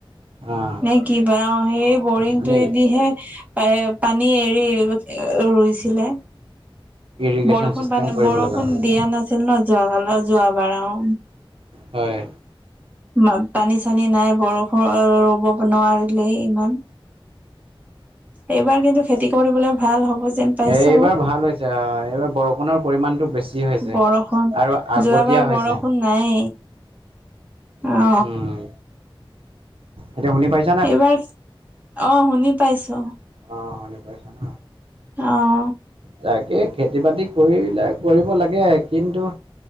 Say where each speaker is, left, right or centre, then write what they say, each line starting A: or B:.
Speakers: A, on the right; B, on the right.
A: অ'।
B: নে কিবা অ সেই বৰিংটোয়েদিহে।
A: মানে
B: পে পানী এৰি এ ৰুইছিলে।
A: ইৰিগেশ্যন
B: বৰষুণ
A: চিষ্টেম
B: পানী
A: কৰিব
B: বৰষুণ
A: লগা হয়।
B: দিয়া নাছিল ন? যোৱ কালত যোৱাবাৰ অ
A: হয়।
B: মা পানী চানী নাই বৰষৰ ৰ ৰুব নোৱাৰিলে ইমান। এইবাৰ কিন্তু খেতি কৰিবলৈ ভাল হ'ব যেন। পাইছো
A: এ এইবাৰ ভাল হৈছে অ এইবাৰ বৰষুণৰ পৰিমণটো বেছি হৈছে।
B: বৰষুণ
A: আৰু আগতীয়া
B: যোৱাবাৰ
A: হৈছে।
B: বৰষুণ নাই অ
A: উম, এতিয়া শুনি পাইছ।
B: এইবাৰ অ শুনি পাইছো।
A: অ শুনি পাইছা ন?
B: অ।
A: তাকে খেতি বাতি কৰিলে কৰিব লাগে, কিন্তু-